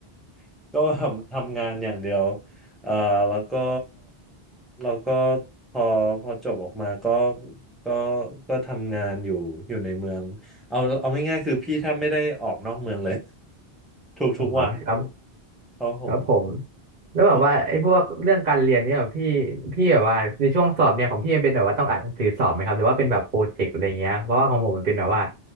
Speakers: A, in the centre; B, on the right (about 55°).
A: <laughs> ก็แบบทำงานอย่างเดียวเอ่อแล้วก็แล้วก็พอพอจบออกมาก็ก็ก็ทำงานอยู่อยู่ในเมืองเอาเอาง่ายๆคือพี่แทบไม่ได้ออกนอกเมืองเลย <laughs> ทุกๆวัน
B: อ๋อครับ
A: เพราะผม
B: ครับผมแล้วแบบว่าไอ้พวกเรื่องการเรียนเนี่ยแบบพี่
A: อ
B: พี่แบบว่าในช่วงสอบเนี่ยของพี่มันเป็นแบบว่าต้องอ่านหนังสือสอบไหมครับหรือว่าเป็นแบบโปรเจกต์อะไรเงี้ยเพราะว่าของผมมันเป็นแบบว่า